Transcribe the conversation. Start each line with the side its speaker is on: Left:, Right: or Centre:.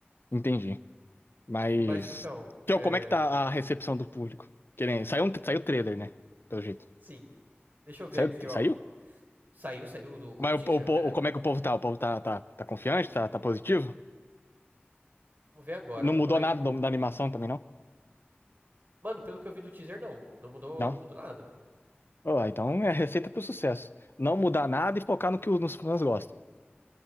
Left: Entendi. Mas.
Right: Mas então,
Left: Que,
Right: é.
Left: ó, como é que tá a recepção do público? Que nem, saiu, um, saiu o trailer, né? Pelo jeito.
Right: Sim. Deixa eu ver
Left: Saiu?
Right: aqui, ó.
Left: saiu?
Right: Saiu, saiu do, o
Left: Mas
Right: teaser,
Left: o, po- o,
Right: na
Left: po-
Right: verdade.
Left: como é que o povo tá? O povo tá, tá, tá confiante? Tá, tá positivo?
Right: Vamos ver agora,
Left: Não
Right: mano,
Left: mudou
Right: calma aí.
Left: nada do- da animação também, não?
Right: Mano, pelo que eu vi do teaser, não. Não mudou,
Left: Não?
Right: não mudou nada.
Left: Ó, então é receita pro sucesso. Não mudar nada e focar no que os nos fãs gostam.